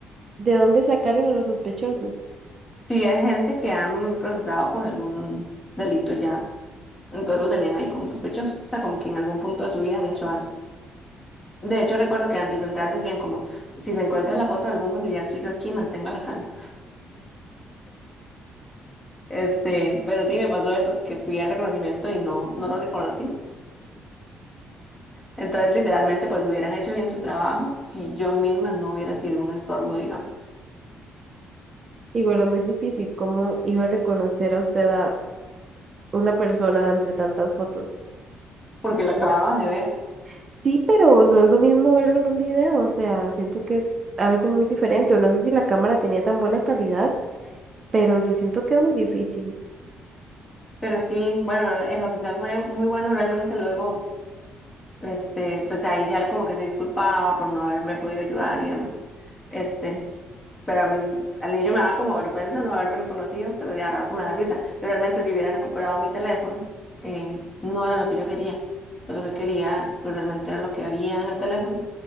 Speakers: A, on the right; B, on the left.
A: ¿de dónde sacaron a los sospechosos?
B: Si es gente que han procesado por algún delito ya, entonces lo tenían ahí como sospechoso. O sea, como que en algún punto de su vida han hecho algo. De hecho, recuerdo que antes de entrar decían como, si se encuentra la foto de algún familiar suyo aquí, mantenga la calma. Este, pero sí me pasó eso, que fui al reconocimiento y no, no lo reconocí. Entonces, literalmente, pues hubieran hecho bien su trabajo si yo misma no hubiera sido un estorbo, digamos,
A: Igual es muy difícil. ¿Cómo iba a reconocer a usted a una persona entre tantas fotos?
B: porque la acababa
A: Era,
B: de ver.
A: sí, pero no es lo mismo verlo en un video. O sea, siento que es algo muy diferente. O no sé si la cámara tenía tan buena calidad, pero yo siento que es muy difícil.
B: Pero sí, bueno, el oficial fue muy bueno realmente. Luego, este, pues ahí ya como que se disculpaba por no haberme podido ayudar y demás. Este, pero a mí al inicio me daba como vergüenza no haberlo reconocido, pero ya ahora que me da risa. Y realmente, si hubiera recuperado mi teléfono, eh, no era lo que yo quería. Yo Lo que quería, pues realmente era lo que había en el teléfono,